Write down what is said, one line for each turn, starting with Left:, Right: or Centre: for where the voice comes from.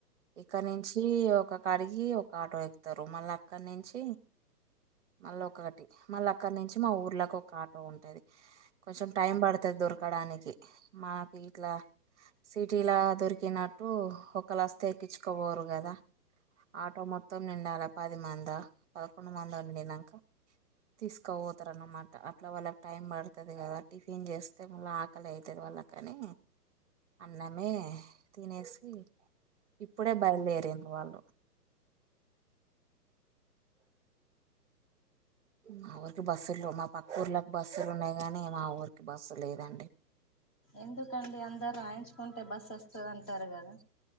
Right: ఇక్కడ నుంచి ఒక కాడికి ఒక ఆటో ఎక్తారు మళ్ళ అక్కడి నుంచి మళ్ళీ ఒకటి మళ్ళీ అక్కడి నుంచి మా ఊర్లోకి ఒక ఆటో ఉంటేది కొంచెం టైం పడు తది దొరకడానికి మాకు ఇట్లా సిటీలా దొరికినట్టు ఒకలోస్తే ఎక్కించుకపోరు కదా ఆటో మొత్తం నిండాలా పది మంద పదకొండు మందో నిండినంక తీసుక పోతారునమాట అట్లా వాళ్ళకి టైం పడుతది కదా టిఫిన్ చేస్ మళ్ళ ఆకలి అవుతది కాద వాళ్ళకని అన్నమే తినేసి ఇప్పుడే బయలుదేరింది వాళ్ళు మా ఊరికి బస్సులు మా పక్క ఊర్ళకి బస్సులు ఉన్నాయి కానీ మా ఊరికి బస్సు లేదండి
Left: ఎందుకండి అందరు రాయించుకుంటే బస్ వస్తుందంటారు కదా